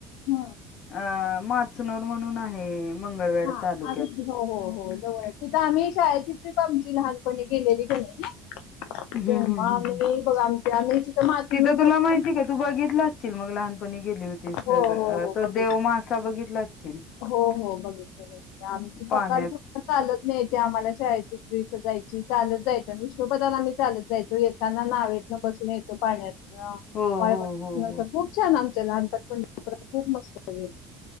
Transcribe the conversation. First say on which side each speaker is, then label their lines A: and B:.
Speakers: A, on the left; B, on the left.
A: हं.
B: अ माचनर म्हणून आहे. मंगळवेढ
A: हा
B: तालुक्यात.
A: अग हो, हो, हो. तिथं आम्ही शाळेची ट्रिप आमची लहानपणी गेलेली. <unintelligible>
B: हम्म
A: ग
B: हम्म
A: आम्ही
B: हम्म हम्म.
A: बघा आमच्या आम्ही मातीमूळ
B: तिथं तुला
A: जात्रा
B: माहिती
A: आम्ही-
B: का तू बघितला <unintelligible> मग लहानपणी गेली होतीस
A: हो
B: तर
A: हो हो
B: तो
A: बघ
B: देवमासा असा बघितला असशील.
A: हो हो बघितला बघितला आमची <unintelligible>
B: पाण्यात
A: चालत न्यायची आम्हाला शाळेची ट्रीप. जायची चालत जायचं विष्णूपदाला मी चालत जायचो. येताना नावेतन बसून यायचो पाण्यात. ह
B: हो
A: <unintelligible>
B: हो हो हो.
A: खूप छान आम लहानपण पण <unintelligible> खूप मस्त गेल.